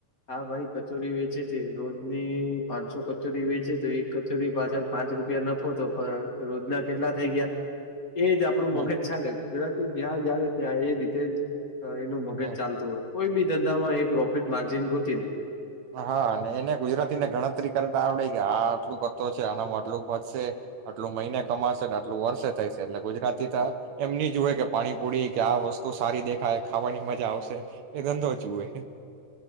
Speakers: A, on the left (about 30°); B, on the right (about 70°).
A: હા ભાઈ કચોરી વેચે છે રોજની પાંચસો કચોરી વેચે તો એક કચોરી પાછળ પાંચ રૂપિયા નફો તો રોજના કેટલા થઈ ગયા? એજ આપડું
B: હમ
A: મગજ છે ને ગુજરાતી જાય ત્યાં એ રીતે જ એનું મગજ
B: હમ
A: ચાલતું હોય. કોઈ બી ધંધામાં એ પ્રોફિટ માર્જિન ગોતી લઈ
B: હા અને એને ગુજરાતીને ગણતરી કરતા આવડે કે આ આટલું પતો છે આનામાં આટલું વધશે આટલું મહિને કમાશે ને આટલું વર્ષે થઈશે એટલે ગુજરાતી તો એમની જ હોય કે પાણીપુડી કે આ વસ્તુ સારી દેખ ખાવાની મજા આવશે એ ધંધો જુએ